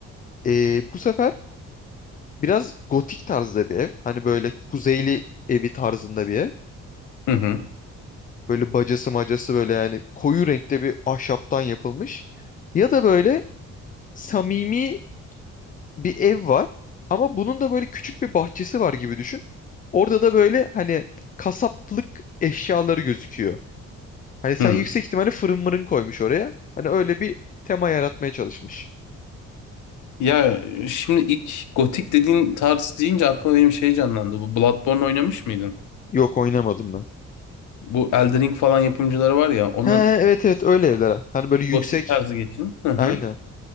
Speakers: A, on the left; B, on the left.
A: Ee, bu sefer biraz gotik tarzda bir ev. Hani böyle kuzeyli evi tarzında bir ev.
B: Hı hı.
A: Böyle bacası macası böyle yani koyu renkte bir ahşaptan yapılmış. Ya da böyle samimi bir ev var. Ama bunun da böyle küçük bir bahçesi var gibi düşün. Orada da böyle hani kasaplık eşyaları gözüküyor. Hani sen
B: Hı.
A: yüksek ihtimalle fırın mırın koymuş oraya. Hani öyle bir tema yaratmaya çalışmış.
B: Ya şimdi ilk gotik dediğin tarz deyince aklıma benim şey canlandı. Bu Bloodborne oynamış mıydın?
A: Yok oynamadım ben.
B: Bu Elden Ring falan yapımcıları var ya onun
A: Ha evet evet öyle evler. Hani böyle
B: gotik
A: yüksek.
B: tarzı geçin. Hı hı.
A: Aynen.